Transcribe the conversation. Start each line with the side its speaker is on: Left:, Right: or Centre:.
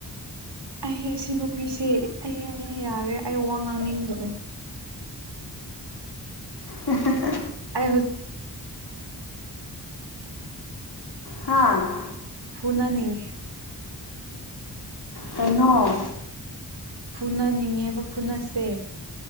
Right: ꯑꯩꯍꯦ ꯁꯤ ꯅꯨꯄꯤꯁꯦ ꯑꯩ ꯌꯥꯔꯦ ꯑꯩ ꯋꯥ ꯉꯥꯡꯅꯤꯡꯗ꯭ꯔꯦ
Left: ꯍꯠꯇ
Right: ꯑ ꯍꯧꯣꯏ
Left: ꯍꯥꯥ
Right: ꯐ ꯄꯨꯅ ꯅꯤꯡꯉ
Left: ꯇꯅꯣ
Right: ꯐꯨꯅꯅꯤꯡꯉꯦꯕ ꯐꯨꯅꯁꯦ